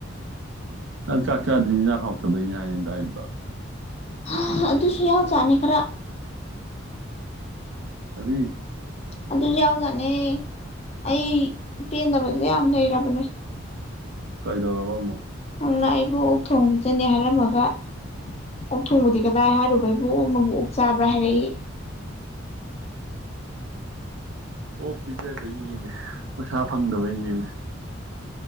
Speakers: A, on the right; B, on the left.
A: ꯅꯪ ꯆꯥꯛ ꯆꯥꯗ꯭ꯔꯤꯁꯤ ꯏꯟꯁꯥꯡ ꯍꯥꯎꯇꯕꯩꯅꯦ ꯍꯥꯏꯅꯦ <unintelligible>
B: ꯍꯥ ꯑꯗꯨꯁꯨ ꯌꯥꯎꯖꯥꯅꯤ ꯈꯔ
A: ꯀꯔꯤ
B: ꯑꯗꯨꯁꯨ ꯌꯥꯎꯖꯠꯅꯦ ꯑꯩ ꯄꯦꯟꯗꯕꯁꯦ ꯌꯥꯝ ꯂꯩꯔꯕꯅꯦ
A: ꯀꯩꯗꯧꯔꯕ ꯑꯃꯨꯛ
B: ꯅꯪꯅ ꯑꯩꯕꯨ ꯑꯣꯛ ꯊꯣꯡꯕ ꯄꯤꯖꯅꯤ ꯍꯥꯏꯔꯝꯃꯒ ꯑꯣꯛ ꯊꯣꯡꯕꯗꯤ ꯀꯗꯥꯏ ꯍꯥꯏꯔꯨꯕꯩꯕꯨ ꯑꯣꯛꯅꯕꯨ ꯑꯣꯛ ꯆꯥꯕ꯭ꯔꯥ ꯍꯥꯏꯔꯛꯏ <inaudible>
A: ꯑꯣ ꯄꯤꯖꯗꯣꯏ ꯅꯦꯝꯃꯦ ꯄꯩꯁꯥ ꯐꯪꯗꯕꯩ ꯅꯦꯝꯃꯦ